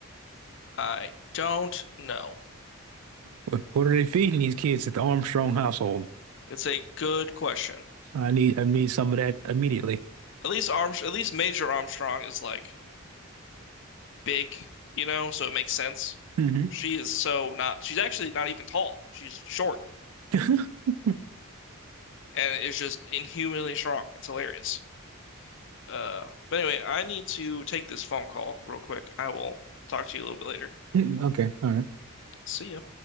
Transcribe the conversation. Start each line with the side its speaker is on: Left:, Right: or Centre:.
Left: I don't know.
Right: What, what are they feeding these kids at the Armstrong household?
Left: It's a good question.
Right: I need I need some of that immediately.
Left: At least Armstrong, at least Major Armstrong is like big, you know, so it makes sense.
Right: hmm
Left: She is so not, she's actually not even tall. She's short
Right: <laughs>
Left: and is just inhumanly strong. It's hilarious. Uh, but anyway, I need to take this phone call real quick. I will talk to you a little bit later.
Right: Okay, all right.
Left: See ya.